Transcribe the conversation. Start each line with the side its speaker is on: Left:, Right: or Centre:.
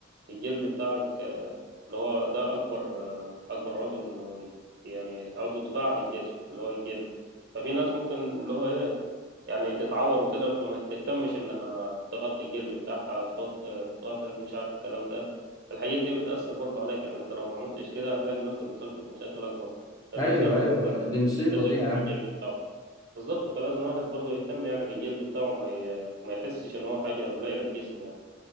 Right: الجلد بتاعك آه، اللي هو ده اكبر آه، اكبر عضو انه يت- يعني عضو دفاع عن الجسم اللي هو الجلد ففي ناس ممكن اللي هو ايه يعني تتعور وكده فما تهتمش انها تغطي الجلد بتاعها تحط آه، مطهر مش عارف الكلام ده الحاجات دي بتأثر برضه عليك يعني انت لو ما عملتش كده هتلاقي نفسك دخلت في مشاكل اكبر لانه
Left: ايوه
Right: مثلا
Left: ايوه
Right: بي-
Left: دي مصيبه
Right: بيستخف
Left: دي يا عم
Right: بالجلد بتاعه بالظبط فلازم الواحد برضه يهتم يعني بالجلد بتاعه ما ي... ما يحسش ان هو حاجه قليله في جسمه يعني